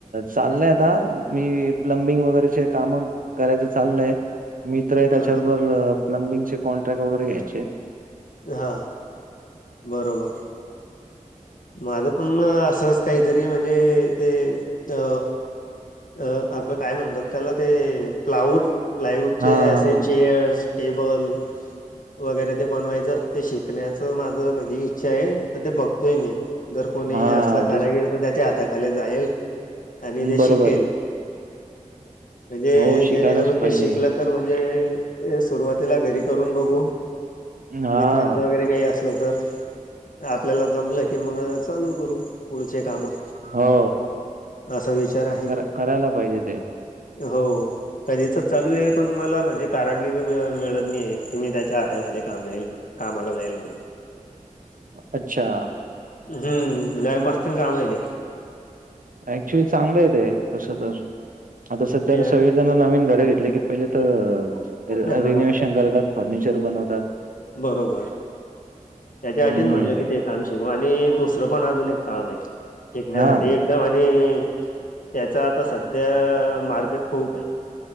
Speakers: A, on the right (about 80°); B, on the left (about 75°).
A: चाललंय आता मी प्लंबिंग वगैरेचे कामं करायचं चाललंय मित्र आहे त्याच्याबरोबर
B: असं
A: प्लंमबिंगचे कॉन्ट्रॅक्ट वगैरे घ्यायचे.
B: हा बरोबर, माझं पण असच- काहीतरी म्हणजे ते अ अ आपलं काय म्हणतात त्याला ते प्लायवूड प्लायवूड
A: हां,
B: चे असे चेअर्स, टेबल वगैरे ते बनवाय ते शिकण्याचं माझ म्हणी इच्छा आहे तर ते बघतोय मी. जर कोणी
A: हां.
B: असला कारागिरी
A: तेच
B: तर त्याच्या हाताखाली जाईल आणि ते
A: बरोबर.
B: शिकेल. म्हणजे
A: हो, शिकायलाच
B: जेणेकरून
A: पाहिजे.
B: ते शिकलं तर म्हणजे सुरुवातीला घरी करून बघू.
A: हां.
B: मित्रांचं वगैरे काही असलं तर, आपल्याला जमलं की मगं चालू करू. पुढचे कामं,
A: हो,
B: असा विचार आहे.
A: कर करायला पाहिजे ते.
B: <inaudible> हो. तर ही तर चालू आहे पण मला म्हणजे कारागिरी मिळत नाहीये की मी त्याच्या हाताखाली काम जाईल. कामाला जाईल म्हणून.
A: अच्छा!
B: हम्म लय मस्तन काम आहे ते.
A: ऍक्च्युली चांगलं आहे ते तसं तर. आता
B: ते.
A: सध्या तर सगळेजणं नवीन घरं घेतले की पहिले तर
B: हा
A: रिनोवेशन करतात. फर्निचर बनवतात.
B: बरोबर, त्याच्यासाठीच
A: हं,
B: म्हणलं कि ते काम शिकू आणि दुसरं पण अजून एक काम आहे शिकण्यासाठी
A: हां.
B: एक तर म्हणे त्याचं आता सध्या मार्केट खूप आहे.